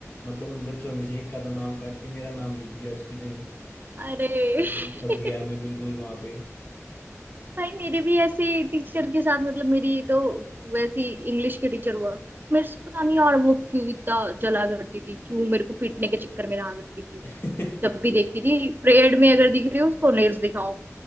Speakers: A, on the left; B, on the right.
A: मतलब उन बच्चों में से एक का तो नाम काट के मेरा नाम लिख दिया उसकी जगह
B: अरे
A: मतलब
B: <laughs>
A: फंस गया मैं बिल्कुल वहां पे
B: भाई मेरे भी ऐसे टीचर के साथ मतलब मेरी तो वैसी इंग्लिश के टीचर हुआ मेरे से पता नहीं यार वो क्यों इतना जला करती थी क्यों मेरे को पीटने के चक्कर में रहा करती थी वो।
A: <laughs>
B: जब भी देखती थी परेड में अगर दिख रही हो उसको नेल्स दिखाओ